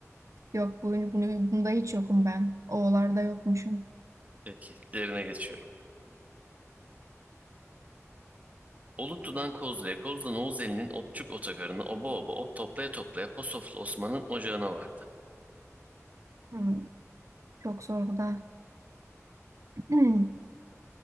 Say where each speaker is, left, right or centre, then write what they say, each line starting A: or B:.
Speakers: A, on the right; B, on the right.
A: Yok bu, bunu, bunda hiç yokum ben. O'larda yokmuşum.
B: Peki, diğerine geçiyorum. Oluklu'dan Kozlu'ya, Kozlu'dan Oğuzeli'nin Otçuk Otogarı'na, oba oba ot toplaya toplaya Posoflu Osman'ın ocağına vardı.
A: Hmm, çok zor bu da. <clears throat>